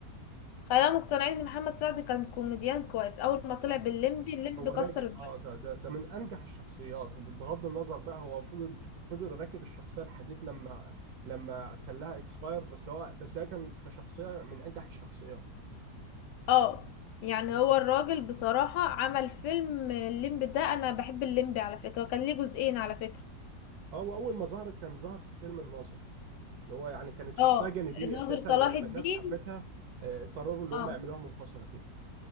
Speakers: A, on the left; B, on the right.
A: خلينا مقتنعين ان محمد سعد كان كوميديان كويس اول ما طلع
B: اه
A: باللمبي اللمبي
B: هو ناجح
A: كسر الدنيا
B: اه ده ده ده من انجح الشخصيات بغض النظر بقى هو فضل فضل راكب الشخصيه لحديت لما لما خلاها اكسبايرد بس هو بس هي كان كشخصيه من انجح الشخصيات
A: اه يعني
B: مظبوط
A: هو الراجل بصراحه عمل فيلم اللمبي ده انا بحب اللمبي على فكره وكان ليه جزئين على فكره
B: اه واول ما ظهر كان ظهر في فيلم الناظر اللي هو يعني كانت شخصية
A: اه
B: جانبية
A: ناظر
B: أساسا
A: صلاح
B: ولما
A: الدين
B: الناس حبتها آه، قرروا اللي
A: اه
B: هم يعملوها منفصلة كده